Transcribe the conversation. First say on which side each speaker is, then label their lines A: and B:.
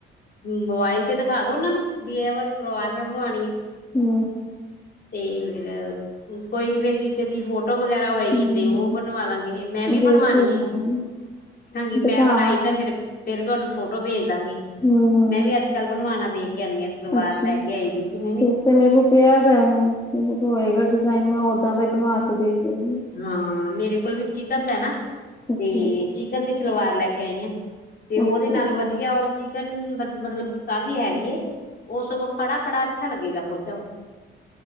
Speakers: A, on the left (about 50°); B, on the left (about 20°).
A: ਮੋਬਾਇਲ ਤੇ ਦਿਖਾ ਦੋ ਉਹਨਾਂ ਨੂੰ, ਵੀ ਇਹ ਵਾਲੀ ਸਲਵਾਰ ਮੈਂ ਬਣਵਾਣੀ ਹੈ।
B: ਹੂ
A: ਤੇ ਫਿਰ ਕੋਈ ਵੀ, ਕਿਸੇ ਦੀ ਫੋੋਟੋ ਫੋਟੋ ਵਗੈਰਾ ਹੋਏਗੀ,
B: ਹੂੰ
A: ਤੇ ਉਹ ਬਣਵਾ ਲਾਂਗੇ, ਮੈਂ ਵੀ
B: ਵੇਖ
A: ਬਣਵਾਣੀ
B: ਕੇ ਬਣਾਵਾਂਗੀ
A: ਐ। ਬੀ ਮੈਂ
B: ਦਿਖਾਵਾਂਗੀ
A: ਬਣਾਈ ਤਾਂ ਫੇਰ, ਫੇਰ ਤੁਹਾਨੂੰ ਫੋਟੋ ਭੇਜ ਦਾਂਗੀ,
B: ਹੂੰ
A: ਮੈਂ ਵੀ ਅੱਜ ਕੱਲ ਬਣਵਾਣਾ ਦੇਖ। ਕਹਿਨੀਆਂ, ਸਲਵਾਰ
B: ਅੱਛਾ
A: ਲੈ ਕੇ ਆਈ ਦੀ ਸੀ ਮੈਂ ਵੀ।
B: ਸੂਟ ਤੇ ਮੇਰੇ ਕੋਲ ਪਿਆ ਦਾ ਮੈਂ, ਮੇਰੇ ਕੋਲ ਹੋਏਗਾ ਡਿਜ਼ਾਇਨ ਮੈਂ ਓਦਾਂ ਦਾ ਹੀ ਬਣਵਾ ਕੇ ਦੇਖਦੀ ਆਂ।
A: ਹਾਂ ਮੇਰੇ ਕੋਲ ਵੀ ਚਿਕਨ ਦਾ ਨਾ,
B: ਅੱਛਾ
A: ਤੇ ਚਿਕਨ ਦੀ ਸਲਵਾਰ ਲੈ ਕੇ ਆਈ ਆ। ਤੇ ਉਹਦੇ
B: ਅੱਛਾ
A: ਨਾਲ ਵਧੀਆ, ਉਹ ਚਿਕਨ ਮਤਲਬ ਕਾਫੀ ਹੈਵੀ ਏ, ਉਹ ਸਗੋਂ ਖੜਾ ਖੜਾ। ਅੱਛਾ ਲੱਗੇਗਾ ਪਹੁੰਚਾ।